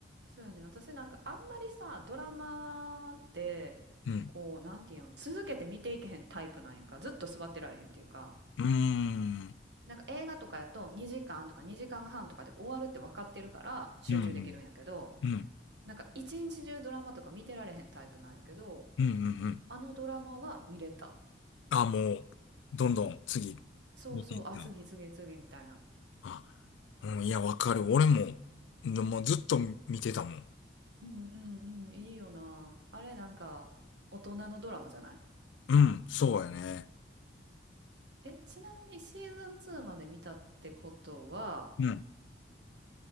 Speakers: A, on the right (about 70°); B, on the left (about 85°).
A: う。そうやね。私なんかあんまりさ、ドラマって、
B: うん。
A: こう、なんていうん、続けて見ていけへんタイプなんやんか。ずっと座ってられへんっていうか。
B: うーん。
A: なんか映画とかやと2時間とか2時間半とかで終わるって分かってるから集中できるんやけど、
B: うん。うん。うん。うん。
A: なんか一日中ドラマとか見てられへんタイプなんやけど、
B: うんうん
A: あのドラマは見れた。
B: あ、もう、どんどん次、
A: そうそう、
B: 見ていった。
A: あ、次次次みたいな。
B: あ、うん。いや、わかる。俺も、のもうずっと見てたもん。
A: うんうんうん、いいよな。あれなんか大人のドラマじゃない
B: うん。そうやね。
A: え、ちなみにシーズン2まで見たってことは、
B: うん。